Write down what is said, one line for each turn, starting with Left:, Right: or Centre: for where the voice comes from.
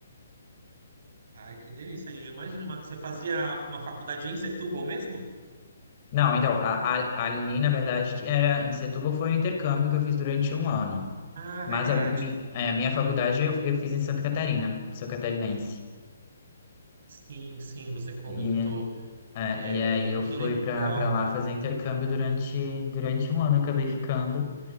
Right: Ai, que delícia, hein? Eu imagino, uma- você fazia uma faculdade em Setúbal mesmo?
Left: Não, então, a, a- ali, na verdade, era em Setúbal foi um intercâmbio que eu fiz durante um ano.
Right: Ah,
Left: Mas
Right: verdade.
Left: a, mi- é, a minha faculdade eu, eu fiz em Santa Catarina, sou catarinense.
Right: Sim, sim, você comentou.
Left: E, é,
Right: É,
Left: e aí eu fui
Right: que legal,
Left: pra, pra
Right: meu.
Left: lá fazer intercâmbio durante, durante um ano, eu acabei ficando.